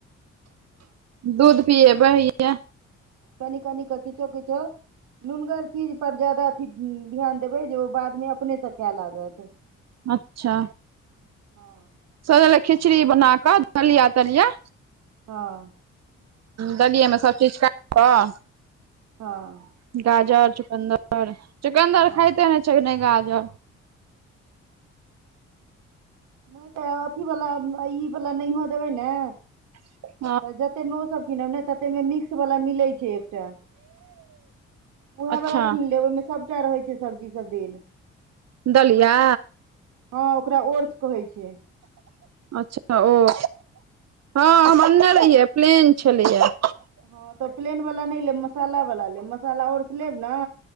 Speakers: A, on the right (about 60°); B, on the right (about 80°).
A: दूध पियए बैयए।
B: कनी कनी क कि छो कि छो। नुनगर चीज पर जादा अथी ध्यान देबै जे ओ बादमे अपनेसँ खाय लागत। <inaudible>
A: अच्छा
B: हाँ
A: <unintelligible> खिचड़ी बना कऽ दलिया तलिया।
B: हां
A: दलियएमे सब चीज काट कऽ
B: हाँ
A: गाजर, चुकन्दर, चुकन्दर
B: हँ
A: खाइते ने छै नहि गाजर।
B: नहि तऽ अथीवला ई वला नहि हो देबै ने
A: <inaudible>
B: तऽ जतेकमे ओसभ कनौ ने तते मे मिक्सवला मिलै छै एकटा। उएह
A: अच्छा
B: वला कीन लेब ओहिमे सभटा रहै छै सब्जी सब देल।
A: दलिया?
B: हां ओकरा ओरस कहै छै।
A: अच्छा, ओ हाँ
B: हँ
A: हमर ना रहियै, प्लेन छलैया।
B: हाँ तऽ प्लेन वला नहि लेब, मसाला वालला लेब मसाला औरसँ लेब न